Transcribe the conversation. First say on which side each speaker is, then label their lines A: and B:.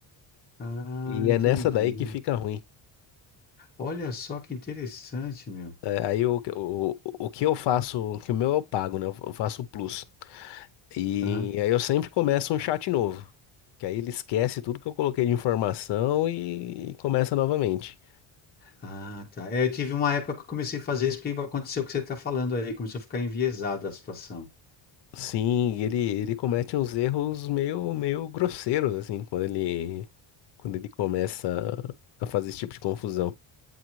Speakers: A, on the left (about 20°); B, on the left (about 60°).
A: Ah,
B: E
A: entendi.
B: é nessa daí que fica ruim.
A: Olha só que interessante, meu.
B: É, Aí o, o, o que eu faço, o que o meu eu pago, né? Eu faço o plus. E
A: Aham.
B: aí eu sempre começo um chat novo. Que aí ele esquece tudo que eu coloquei de informação e começa novamente.
A: Ah, tá. É, eu tive uma época que eu comecei a fazer isso porque aconteceu o que você está falando aí. Começou a ficar enviesada a situação.
B: Sim, e ele, ele comete uns erros meio, meio grosseiros, assim, quando ele, quando ele começa a fazer esse tipo de confusão.